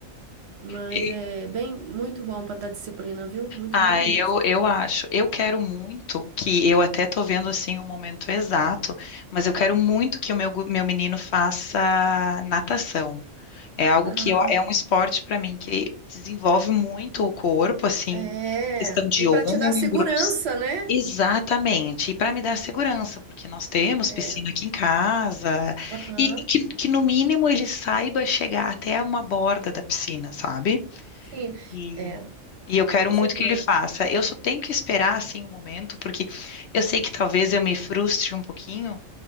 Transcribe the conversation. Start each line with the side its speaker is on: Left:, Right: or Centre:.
Right: Mas
Left: E-
Right: é bem, muito bom para dar disciplina, viu? Muito
Left: ah,
Right: bom mesmo.
Left: eu, eu acho. Eu quero muito que, eu até tô vendo, assim, o momento exato, mas eu quero muito que o meu, gu- meu menino faça natação. É algo
Right: Ah,
Left: que eu- é um esporte para mim que desenvolve muito o corpo, assim,
Right: é.
Left: questão de
Right: E para
Left: ombros.
Right: te dar segurança, né?
Left: Exatamente. E para me dar segurança, porque nós temos
Right: É.
Left: piscina aqui em casa,
Right: Aham,
Left: e que, que no mínimo ele saiba chegar até uma borda da piscina, sabe?
Right: Sim,
Left: E,
Right: é,
Left: e eu quero
Right: com
Left: muito
Right: certeza.
Left: que ele faça. Eu só tenho que esperar assim um momento, porque eu sei que talvez eu me frustre um pouquinho